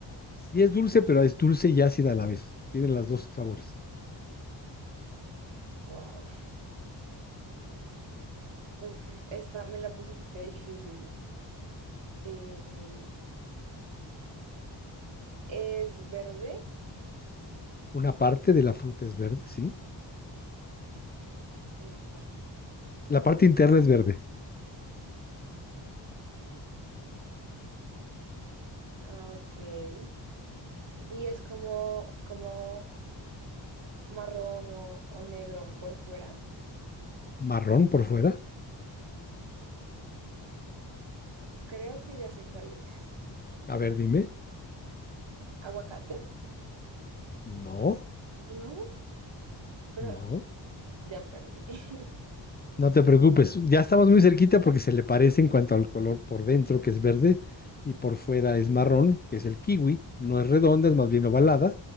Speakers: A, on the left; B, on the right.
A: Sí es dulce, pero es dulce y ácida a la vez. Tiene los dos sabores.
B: Wow. Uf, es- esta me la pusiste difícil. Eh, es verde,
A: Una parte de la fruta es verde, sí.
B: una parte.
A: La parte interna es verde.
B: Ah, Ok. Y es como, como marrón o, o negro por fuera.
A: Marrón por fuera.
B: Creo que ya sé cuál es.
A: A ver, dime.
B: ¿Aguacate?
A: No.
B: No, pero
A: No,
B: ya perdí. <laughs>
A: no te preocupes. Ya estamos muy cerquita porque se le parece en cuanto al color por dentro, que es verde, y por fuera es marrón, que es el kiwi. No es redonda, es más bien ovalada.